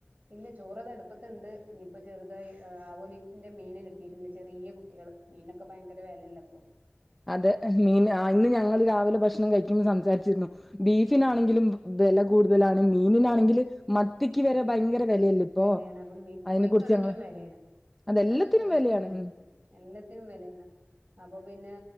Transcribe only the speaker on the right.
പിന്നെ ചോറത് അടുപ്പത്ത്‌ണ്ട് ഇനിയിപ്പോ ചെറുതായി ഹ് ആവോലിന്റെ മീന് കിട്ടിയിട്ട്ണ്ട് ചെറിയ കുട്ടികള് മീനൊക്കെ ഭയങ്കര വേലല്ലേ ഇപ്പൊ.
ഉം
കോ
വെലയാണ് അപ്പം കോയിക്കാണെങ്കിലും
വെലയാണ്.
ഇവിടെക്കെ കോഴിക്കും
വെലയാണ്
എല്ലത്തിനും വെലയാണ് അപ്പൊ പിന്നെ